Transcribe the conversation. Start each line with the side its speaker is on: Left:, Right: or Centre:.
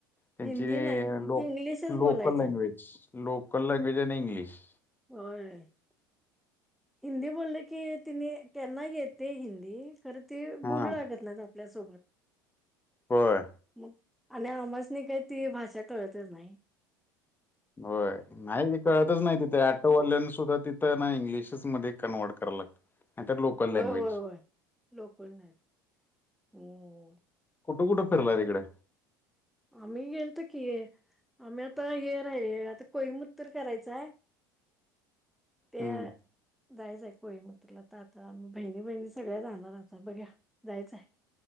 Left: त्यांची
Centre: हिंदी नाही
Left: लोक-लोकल
Centre: इंग्लिशच बोलायचं
Left: language local language in English.
Centre: होय. हिंदी बोललं की त्यांनी त्यांना येतंय हिंदी, खरं ती
Left: हा
Centre: बोलू लागत नाहीत. आपल्यासोबत.
Left: होय.
Centre: मग आणि आम्हासनी काही ती भाषा कळतच नाही.
Left: होय नाही हे कळतच नाही तिथे ऍटोवाल्यांना सुद्धा तिथं इंग्लिशच मध्ये कन्वर्ट कराला लागतंय, नाहीतर लोकल
Centre: होय
Left: लँग्वेज.
Centre: होय होय लोकल नाही हम्म.
Left: कुठं-कुठं फिरला तिकडे?
Centre: आम्ही गेलतो की आम्ही आता हे राही आता कोईमुत्तुर करायचं आहे. ते
Left: हम्म
Centre: जायचं आहे कोईमुक्तुरला आता, आता आम्ही बहिणी-बहिणी सगळ्या जाणार आता बघूया जायचं आहे.